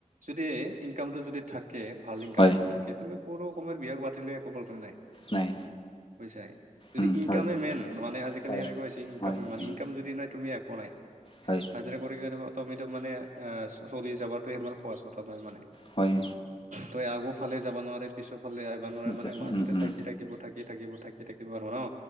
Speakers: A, on the right; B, on the left.
A: যদি ইনকামটো যদি থাকে ভাল ইনকাম
B: হয়
A: যদি থাকে তুমি সৰু সময়ৰ বিয়া পাতিলে একো প্ৰব্লেম নাই।
B: নাই।
A: পছাই যদি
B: উম
A: ইনকামে
B: হয়
A: মেইন মানে আজিকালি
B: হয়
A: এনেকুৱা হৈছে।
B: হয়
A: মানে
B: উম
A: ইনকাম যদি নাই তুমি একো নাই।
B: হয়।
A: হাজিৰা কৰি কাৰণ অটমেট মানে চলি যাবাতে ইমান সহজ কথা নহয় মানে।
B: হয়।
A: তই আগ ফালে যাব নোৱাৰে পিছৰ ফালে আহিবা নোৱাৰে
B: নিশ্চয়।
A: মানে মাজতে
B: উম উম
A: থাকি থাকিব থাকে। থাকি থাকিব থাকি থাকিব আৰু ন।